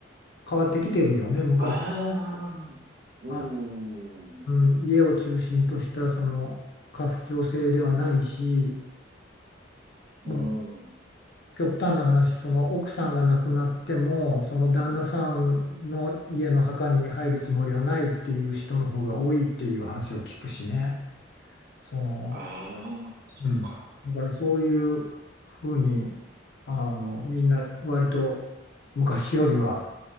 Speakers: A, on the left (about 60°); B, on the right (about 50°).
A: 変わってきてるよね、昔
B: ああ、うん。
A: は。うん、家を中心としたその家父長制ではないし、
B: うん。
A: もう極端な話、その奥さんが亡くなっても、その旦那さんの家の墓に入るつもりはないっていう人の方が多いっていう話を聞くしね。その、
B: ああ、そっか。
A: うん。だからそういうふうに、あの、みんな割と昔よりは